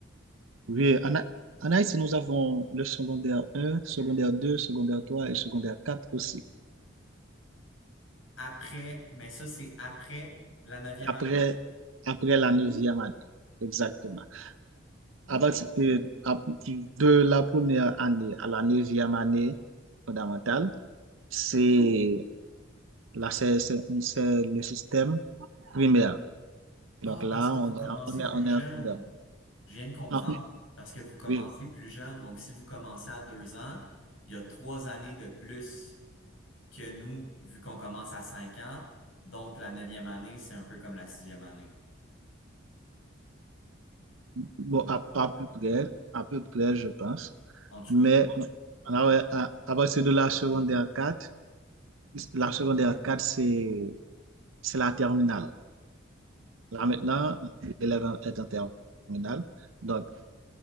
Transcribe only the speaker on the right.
oui, en, Ha- en Haïti, nous avons le secondaire un secondaire deux secondaire 3 et secondaire quatre aussi.
Après,
après la neuvième année, exactement.
À partir euh, à- de la première année à la neuvième année fondamentale, c'est là, c'est c'est- c'est le système primaire.
Donc là,
on
est, on est,
on
est en primaire.
Ah,
oui,
Bon, à, à peu près, à peu près, je pense.
Mais
ah ouais, à, à partir de la secondaire quatre la secondaire 4 c'est, c'est la terminale. Là maintenant, l'élève est en terminale. Donc,